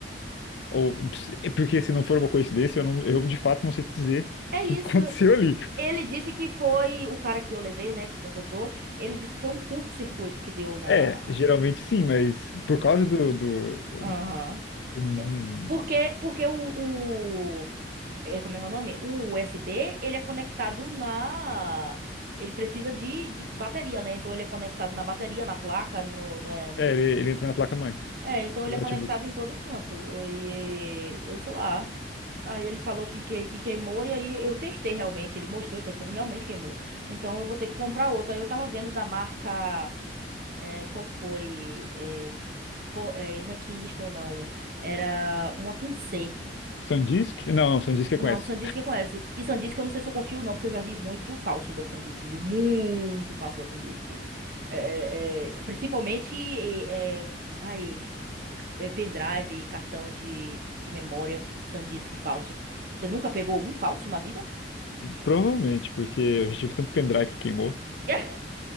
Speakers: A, on the left (about 75°); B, on the right (about 55°).
A: Ou é porque se não for uma coincidência, eu, não, eu de fato não sei te dizer
B: É
A: o
B: isso.
A: que <laughs> aconteceu ali.
B: Ele disse que foi o cara que eu levei, né, que consertou. Ele disse que foi um curto-circuito que deu na.
A: É, geralmente sim, mas por
B: Hum,
A: causa do, do,
B: Aham.
A: hum,
B: Porque, porque o, é, como é que é o nome? O USB, ele é conectado na. Ele precisa de, de bateria, né? Então ele é conectado na bateria, na placa, no, no, é, no-
A: é, ele, ele entra na placa-mãe
B: é, então ele
A: do
B: é
A: notebook.
B: conectado em todo canto. E eu sei lá. Aí ele falou que, que, que queimou, e aí eu testei realmente. Ele mostrou testando e realmente queimou. Então eu vou ter que comprar outro. Aí eu tava vendo da marca. é, qual foi? É, co- é, não é Kingston, não. Era uma com C.
A: SanDisk? Não, não, SanDisk eu
B: Não,
A: conheço.
B: Sandisk que conhece. E Sandisk eu não sei se eu confio ou não, porque eu já vi muito falso da Sandisk, viu? Muito falso da Sandisk. É, é, é, principalmente é, é, aí, é pendrive, cartão de, de memória, Sandisk falso. Você nunca pegou um falso na vida?
A: Provavelmente, porque eu já tive tanto pendrive que queimou.
B: <laughs>